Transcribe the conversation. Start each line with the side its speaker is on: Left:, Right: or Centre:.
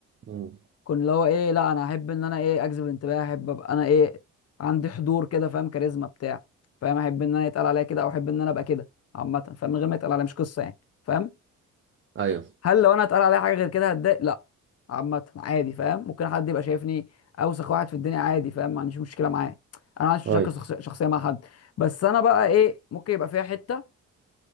Right: مم.
Left: كنت اللي هو ايه لا انا احب ان انا ايه اجذب انتباه احب ابقى انا ايه عندي حضور كده فاهم كاريزما بتاع فاهم احب ان انا يتقال عليا كده او احب ان انا ابقى كده عامه فاهم من غير ما يتقال عليا مش قصه يعني فاهم
Right: ايوه
Left: هل لو انا اتقال عليا حاجه غير كده هتضايق لا عامه عادي فاهم ممكن حد يبقى شايفني اوسخ واحد في الدنيا عادي فاهم ما عنديش مشكله معاه انا ما عنديش
Right: ايوه
Left: مشاكل شخص- شخصيه مع حد بس انا بقى ايه ممكن يبقى فيها حته